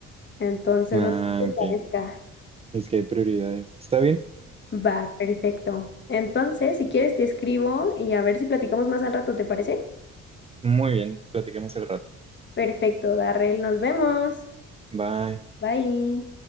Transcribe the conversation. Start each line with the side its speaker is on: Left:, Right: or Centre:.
Left: Entonces,
Right: Ah,
Left: no sé qué te
Right: ok.
Left: parezca.
Right: Es que hay prioridades. ¿Está bien?
Left: Va, perfecto. Entonces, si quieres, te escribo y a ver si platicamos más al rato, ¿te parece?
Right: Muy bien. Platiquemos el rato.
Left: Perfecto, Darrell, nos vemos.
Right: Bye.
Left: Bye.